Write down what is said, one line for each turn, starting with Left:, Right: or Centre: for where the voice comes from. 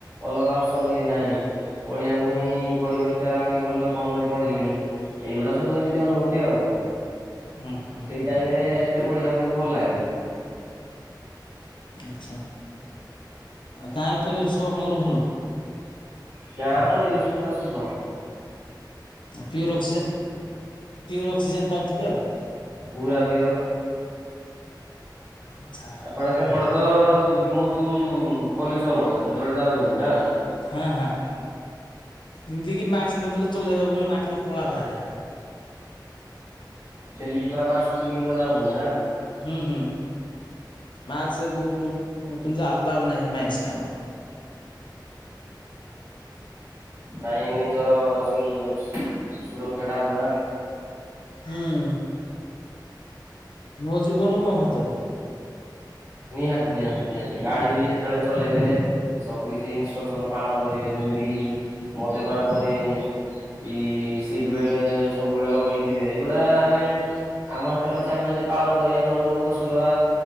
Right: ଅଲଗା ଅପସନ୍ କିଛି ନାହିଁ। ପଢ଼ିଆକୁ ହିଁ ପଢ଼ିବା ହେତେବେଳେ ଆଉ ଟିକେ ଭଲ ହେଇ କଣ ପାଇଁ ପଢିଲିଣି? ଏଇଗୁଡା ସବୁ ଏମିତି ଅନୁଭୂତି ଆଉ।
Left: ହୁଁ, ହୁଁ।
Right: ଟାଇମରେ ଏତେ ପଢ଼ିବାକୁ କିନ୍ତୁ ଭଲ ଲାଗେନି?
Left: ଆଚ୍ଛା, ଆଉ ଗାଁର ପରିବେଶ ସବୁ ଆପଣଙ୍କର ଭଲ?
Right: ଗାଁ ପରିିବେଶ ପୁରା ସୁଦ୍ଧ।
Left: ଆଉ ପିଓର ଅକ୍ସିଜେନ୍, ପିଓର ଅକ୍ସିଜେନ୍ ପାଉଥିବେ ଆଉ।
Right: ପୁରା ପିଓର।
Left: ଆଚ୍ଛା।
Right: ଆପଣ ସେପଟେ ତ ବହୁତ ପଲ୍ୟୁସନ ଯୁଆଡେ ଯାଉଛନ୍ତି ନା?
Left: ହାଁ, ହାଁ, ଏମିତିକିି ମାସ୍କ ନଦେଲେ ଚଲେଇହବନି ନାକରୁ କଳା ବାହାରେ।
Right: ଡେଲି ପୁରା ମାସ୍କ ପିନ୍ଧିକି ପୁରା ଯାଉଛନ୍ତି ନା?
Left: ହୁଁ ହୁଁ, ମାସ୍କ ବୁଟ୍ ନ ପିନ୍ଧିଲେ ଆଲାଉ ନାହିଁ ମାଇନ୍ସରେ ଆମର।
Right: ନାଇଁ ନିଜର ସୁ ସୁ ସୁରକ୍ଷାଟା ଆଗନା?
Left: ହୁଁ, ମୋ ଜୀବନ ମୋ ହାତରେ।
Right: ନିହାତି, ନିହାତି, ନିହାତି ଗାଡ଼ି ବି ଯେତଳେ ଚଲେଇବେ ସବୁ କିଛି ଇନଷ୍ଟ୍ରକ୍ସନ ପାଳନ କରିବେ ଯେମିତି କି ମଦ୍ୟପାନ କରିବେନି କି ସିଟ୍ ବେଲ୍ଟ ସବୁବେଳେ ଲଗେଇଥିବେ ଏଇଗୁଡା ଆମେ ଆମ ହାତରେ ଅଛି ଆମେ ଯଦି ପାଳନ କରିବାନି ଅନ୍ୟକୁ ଦୋଷ ସଦବା,